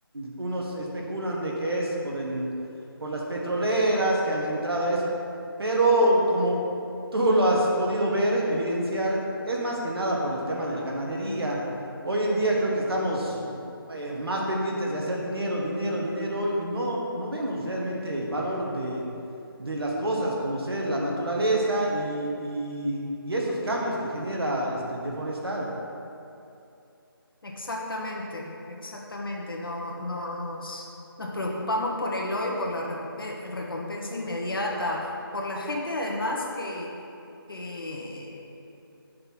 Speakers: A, on the right; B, on the left.
A: Unos especulan de que es por el, por las petroleras que han entrado a eso, pero como tú lo has podido ver, evidenciar, es más que nada por el tema de la ganadería. Hoy en día creo que estamos eh, más pendientes de hacer dinero, dinero, dinero y no, no vemos realmente el valor de de las cosas, como ser la naturaleza y, y- y esos cambios que genera este, deforestar.
B: Exactamente, exactamente. No, nos, nos preocupamos por el hoy, por la recupe- recompensa inmediata, por la gente además que, que,